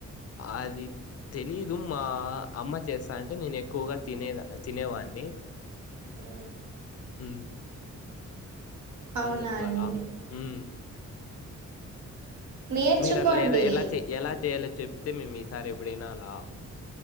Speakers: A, on the left; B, on the right.
A: అది తెలీదు మా అమ్మ చేస్తా అంటే నేను ఎక్కువగా తినేద తినేవాడిని.
B: ఉ
A: ఉ
B: అవునా
A: వందుకోలా
B: అండి
A: ఉ
B: నేర్చుకోండి
A: మీరు అలా ఏదో ఎలా ఎలా చేయాలో చెప్పితే మేము ఈసారి వినాలా